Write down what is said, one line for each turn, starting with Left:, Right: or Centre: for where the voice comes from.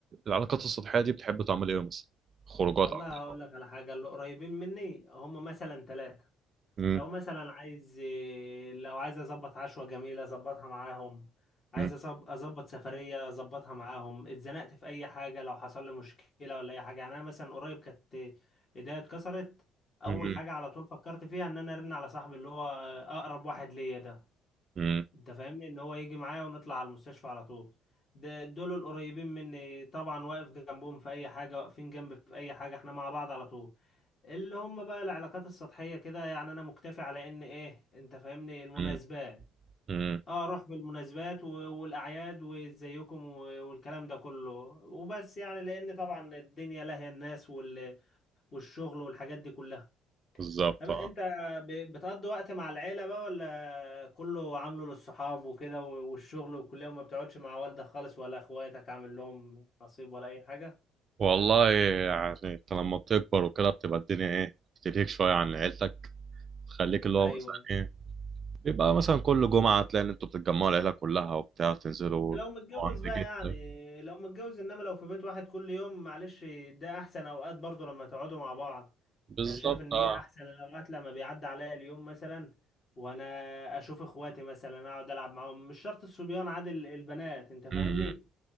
Right: العلاقات السطحية دي بتحب تعمل ايه مثلا خروجات
Left: والله
Right: أكتر.
Left: هقول لك على حاجة اللي قريبين مني هم مثلا ثلاثة
Right: مم،
Left: لو مثلا عايز لو عايز اظبط عشوة جميلة اظبطها معاهم عايز
Right: مم،
Left: أصب- اظبط سفرية اظبطها معاهم اتزنقت في اي حاجة لو حصل لي مشكلة ولا اي حاجة يعني انا مثلا قريب كانت ايديا اتكسرت اول
Right: مم،
Left: حاجة على طول فكرت فيها ان انا ارن على صاحبي اللي هو اقرب واحد ليا ده
Right: مم،
Left: انت فاهمني ان هو يجي معايا ونطلع على المستشفى على طول ده دول القريبين مني طبعا واقف جنبهم في اي حاجه واقفين جنبي في اي حاجه احنا مع بعض على طول اللي هم بقى العلاقات السطحيه كده يعني انا مكتفي على ان ايه انت فاهمني المناسبات
Right: مم، مم،
Left: اه اروح في المناسبات و- والاعياد وازيكم و- والكلام ده كله وبس يعني لان طبعا الدنيا لاهيه الناس وال- والشغل والحاجات دي كلها
Right: بالظبط
Left: طب
Right: اه.
Left: انت ب- بتقضي وقت مع العيلة بقى ولا كله عامله للصحاب وكده و- والشغل والكلية وما بتقعدش مع والدك خالص ولا اخواتك عامل لهم نصيب ولا اي حاجة
Right: والله يعني انت لما بتكبر وكده بتبقى الدنيا ايه بتلهيك شويه عن عيلتك تخليك اللي
Left: ايوه
Right: هو مثلا
Left: ايوه
Right: ايه بيبقى مثلا كل جمعه تلاقي ان انتوا بتتجمعوا العيله كلها وبتاع تنزلوا
Left: ده لو متجوز
Right: عند
Left: بقى
Right: جدك
Left: يعني لو متجوز انما لو في بيت واحد كل يوم معلش ده احسن اوقات برضو لما تقعدوا مع بعض
Right: بالظبط
Left: انا شايف ان
Right: اه
Left: هي احسن الاوقات لما بيعدي عليا اليوم مثلا وانا اشوف اخواتي مثلا اقعد العب معاهم مش شرط الصبيان عادي ال- البنات انت فاهمني
Right: امم